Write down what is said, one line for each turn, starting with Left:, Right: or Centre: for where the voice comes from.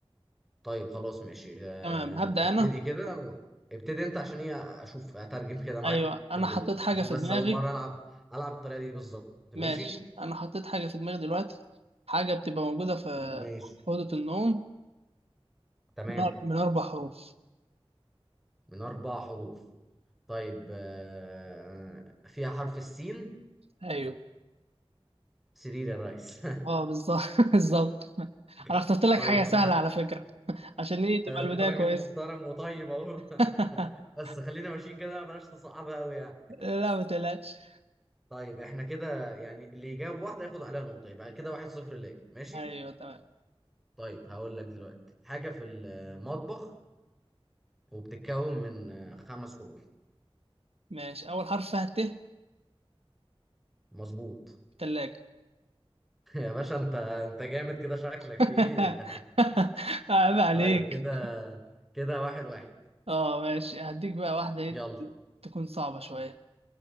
Centre: طيب خلاص ماشي آه،
Right: تمام هبدا
Centre: ابتدي
Right: انا
Centre: كده ابتدي انت عشان ايه اشوف اترجم كده معاك
Right: ايوه انا
Centre: الدنيا
Right: حطيت حاجه
Centre: عشان
Right: في
Centre: بس
Right: دماغي
Centre: اول مرة العب العب الطريقة دي بالظبط ماشي
Right: ماشي انا حطيت حاجه في دماغي دلوقتي حاجه بتبقى موجوده في
Centre: ماشي
Right: في اوضه النوم
Centre: تمام
Right: من أر- من اربع حروف
Centre: من اربع حروف طيب آه، فيها حرف السين
Right: ايوه
Centre: سرير يا ريس
Right: اه بالظبط <laughs> بالظبط انا اخترت
Centre: <laughs>
Right: لك
Centre: طيب
Right: حاجه سهله
Centre: خلاص <laughs>
Right: على فكره عشان ايه تبقى البدايه
Centre: انت راجل
Right: كويسه
Centre: محترم وطيب اهو
Right: <laughs>
Centre: <laughs> بس خلينا ماشيين كده بلاش تصعبها قوي يعني
Right: لا ما تقلقش
Centre: طيب احنا كده يعني اللي يجاوب واحدة ياخد عليها نقطة يبقى كده واحد صفر ليا ماشي
Right: ايوه تمام
Centre: طيب هقول لك دلوقتي حاجة في المطبخ وبتتكون من آه، خمس حروف
Right: ماشي اول حرف فيها ت
Centre: مظبوط
Right: تلاجة
Centre: <laughs> يا باشا انت انت جامد كده شكلك
Right: <laughs>
Centre: في ايه <laughs>
Right: عيب عليك
Centre: طيب كده كده واحد واحد
Right: اه ماشي هديك بقى واحده ايه
Centre: يلا
Right: تكون صعبه شويه